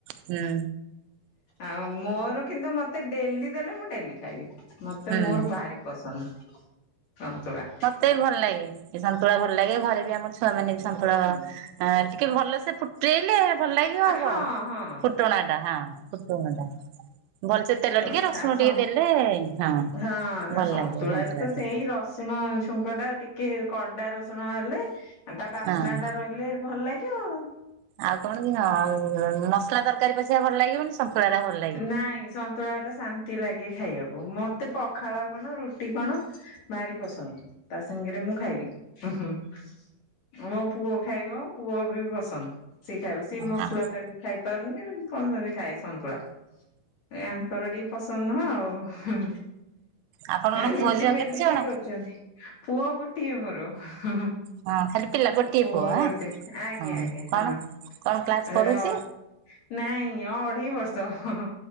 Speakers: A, on the right; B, on the left.
A: ହୁଁ
B: ଆଉ ମୋର କିନ୍ତୁ ମତେ ଡେଲି ଦେଲେ ମୁଁ ଡେଲି ଖାଇବି ମତେ
A: ହୁଁ
B: ମୋର ଭାରି ପସନ୍ଦ। ସନ୍ତୁଳା
A: ମତେ ବି ଭଲ ଲାଗେ ସନ୍ତୁଳା ଭଲ ଲାଗେ ଘରେ ବି ଆମର ଛୁଆ ମାନେ ବି ସନ୍ତୁଳା ଆ ଟିକେ ଭଲସେ ଫୁଟେଇଲେ ଭଲ ଲାଗାବ
B: ହଁ
A: ଆଉ କଣ
B: ହଁ
A: ଫୁଟଣା ଟା ହଁ ଫୁଟୁଣା ଟା ଭଲସେ ତେଲ
B: ହଁ
A: ଟିକେ ରସୁଣ
B: ହଁ
A: ଟିକେ ଦେଲେ ହଁ
B: ହଁ
A: ଭଲ
B: ସନ୍ତୁଳାରେ
A: ଲାଗିବ ସନ୍ତୁଳା
B: ତ ସେଇ
A: ଟେ।
B: ରସୁଣ ଛୁଙ୍କ ଟା ଟିକେ କଡା ରସୁଣ ହେଲେ ଆ ତା ବାସ୍ନା
A: ହଁ।
B: ଟା ରହିଲେ ଭଲ ଲାଗିବ ଆଉ।
A: ଆଉ କଣ କି ହଁ ଆଉ ମସଲା ତରକାରୀ ପଛିକା ଭଲ ଲାଗିବନି ସନ୍ତୁଳାଟା ଭଲ ଲା
B: ନାଇଁ ସନ୍ତୁଳା ଟା ଶାନ୍ତି ଲାଗେ ଖାଇବାକୁ ମତେ ପ ଖାଳ କଣ ରୁଟି କଣ ଭାରି ପସନ୍ଦ। ତା ସାଙ୍ଗରେ ମୁଁ ଖାଇବି ଉଁ ହୁଁ ମୋ ପୁଅ ଖାଇବ ପୁଅ ବି ପସନ୍ଦ। ସିଏ ଖାଇବ ସେ ମସଲା
A: ହଁ
B: ତାକୁ ଖାଇ ପାରୁନି କଣ ଲଗେଇ ଖାଏ ସନ୍ତୁଳା। ୟାଙ୍କର ଟିକେ ପସନ୍ଦ ନୁହଁ ଆଉ
A: ଆପଣଙ୍କର
B: ହୁଁ
A: ପୁଅ
B: ରୁଟି
A: ଝିଅ
B: ବେଲି
A: କେତେ ଜଣ?
B: କି କରୁ ଚନ୍ତି ପୁଅ ଗୋଟିଏ ମୋର ହୁଁ ହୁଁ।
A: ହଁ ଖାଲି ପିଲା ଗୋଟିଏ
B: ପୁଅ ଗୋଟେ
A: ଆଁ
B: ଆଜ୍ଞା
A: ହଁ
B: ଆଜ୍ଞା
A: କଣ
B: ହଁ
A: କଣ କ୍ଲାସ ପଢୁଛି?
B: ଏଁ ଅ ନାଇଁ ଅଢେଇ ବ ର୍ଷ ହଁ ହଁ